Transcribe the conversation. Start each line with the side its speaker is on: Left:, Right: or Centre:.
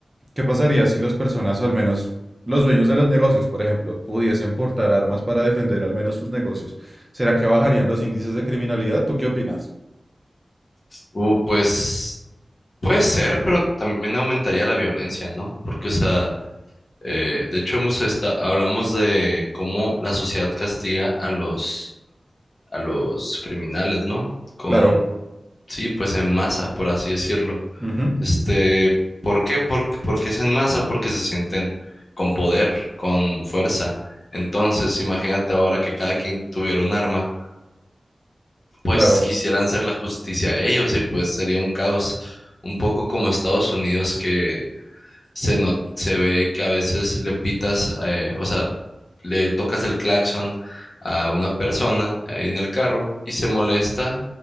Right: ¿qué pasaría si las personas, o al menos los dueños de los negocios, por ejemplo, pudiesen portar armas para defender al menos sus negocios? ¿Será que bajarían los índices de criminalidad? ¿Tú qué opinas?
Left: Uh, pues puede ser, pero también aumentaría la violencia, ¿no? Porque, o sea, eh, de hecho hemos esta- hablamos de cómo la sociedad castiga a los, a los criminales, ¿no? Con,
Right: Claro,
Left: sí, pues en masa, por así decirlo.
Right: ujú,
Left: Este, ¿por qué? por porque es en masa, porque se sienten con poder, con fuerza. Entonces, imagínate ahora que cada quien tuviera un arma, pues
Right: claro.
Left: quisieran hacer la justicia a ellos y pues sería un caos, un poco como Estados Unidos que se no, se ve que a veces le pitas, eh, o sea, le tocas el claxon a una persona ahí en el carro y se molesta